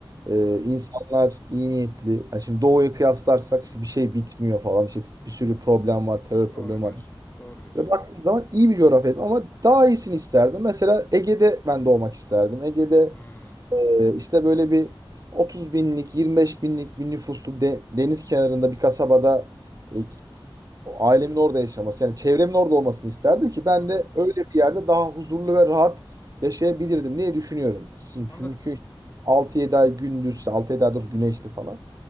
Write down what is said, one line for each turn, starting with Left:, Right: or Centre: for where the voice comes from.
Right: e,
Left: Doğru.
Right: insanlar iyi niyetli. Ya şimdi doğuyu kıyaslarsak işte bir şey bitmiyor falan. İşte bir sürü problem var, terör
Left: Doğru
Right: problemi
Left: diyorsun.
Right: var.
Left: Doğru diyorsun.
Right: Ve baktığınız zaman iyi bir coğrafyaydım ama daha iyisini isterdim. Mesela Ege'de ben doğmak isterdim. Ege'de
Left: Hmm,
Right: ee, İşte böyle bir 30 binlik, 25 binlik bir nüfuslu de- deniz kenarında bir kasabada e, o ailemin orada yaşaması, yani çevremin orada olmasını isterdim ki ben
Left: anladım.
Right: de öyle bir yerde daha huzurlu ve rahat yaşayabilirdim diye düşünüyorum. Şimdi
Left: Anladım.
Right: çünkü altı yedi ay gündüz, işte altı yedi 7 ay dur güneşli falan.